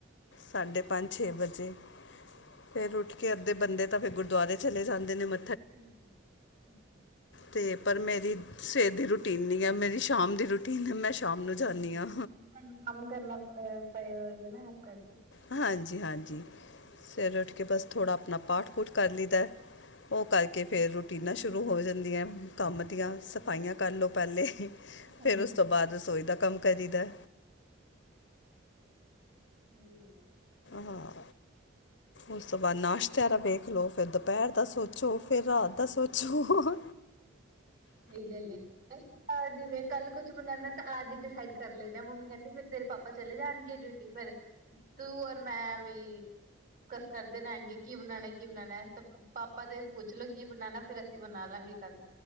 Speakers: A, on the left; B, on the right.
A: ਸਾਢੇ ਪੰਜ ਛੇ ਵਜੇ ਫਿਰ ਉੱਠ ਕੇ ਅੱਧੇ ਬੰਦੇ ਤਾਂ ਫਿਰ ਗੁਰਦੁਆਰੇ ਚਲੇ ਜਾਂਦੇ ਨੇ ਮ
B: ਹਾਂਜੀ ਹਾਂ,
A: ਤੇ ਪਰ ਮੇਰੀ ਸਵੇਰ ਦੀ ਰੂਟੀਨ ਨਹੀਂ ਐ ਮੇਰੀ ਸ਼ਾਮ ਦੀ ਰੂਟੀਨ ਮੈਂ ਸ਼ਾਮ ਨੂੰ ਜਾਣੀ
B: ਹਾਂਜੀ
A: ਆ।
B: ਅੱਜ ਤੁਹਾਨੂੰ ਕੰਮ ਕਰਨਾ ਪਏ ਹੋਏਗੇ ਨਾ ਇਸ ਕਰਕੇ
A: ਹਾਂਜੀ ਹਾਂਜੀ, ਸਵੇਰੇ ਉੱਠ ਕੇ ਬਸ ਥੋੜ੍ਹਾ ਆਪਣਾ ਪਾਠ ਪੂਠ ਕਰ ਲਈਦਾ। ਉਹ ਕਰਕੇ ਫਿਰ ਰੂਟੀਨਾਂ ਸ਼ੁਰੂ ਹੋ ਜਾਂਦੀਆਂ। ਕੰਮ ਦੀਆਂ ਸਫਾਈਆਂ ਕਰਲੋ ਪਹਿਲੇ
B: ਹਾਂਜੀ
A: ਫਿਰ ਉਸ ਤੋਂ ਬਾਅਦ ਰਸੋਈ ਦਾ ਕੰਮ ਕਰੀਦਾ।
B: <unintelligible>
A: ਹਾਂ, ਉਸ ਤੋਂ ਬਾਅਦ ਨਾਸ਼ਤਾ ਵੇਖ ਲੋ ਫਿਰ ਦੁਪਹਿਰ ਦਾ ਸੋਚੋ। ਫਿਰ ਰਾਤ ਦਾ ਸੋਚੋ।
B: ਸਹੀ ਗੱਲ ਆ ਅਸੀਂ ਤਾਂ ਜਿਵੇਂ ਕੱਲ ਕੁਛ ਬਣਾਣਾ ਤਾਂ ਅੱਜ ਡਿਸਾਈਡ ਕਰ ਲੈਣੇ ਮੰਮੀ ਕਹਿੰਦੀ ਫੇਰ ਤੇਰੇ ਪਾਪਾ ਚਲੇ ਜਾਣਗੇ ਡਿਊਟੀ ਫੇਰ ਤੂੰ ਔਰ ਮੈਂ ਵੀ ਕਰਦੇ ਰਹਿਣਗੇ ਕੀ ਬਣਾਣਾ ਕੀ ਬਣਾਣਾ ਤਾਂ ਪਾਪਾ ਤੇ ਵੀ ਪੁੱਛ ਲੋ। ਕੀ ਬਣਾਣਾ ਫੇਰ ਅਸੀਂ ਬਣਾ ਲਾਂਗੇ ਕੱਲ੍ਹ।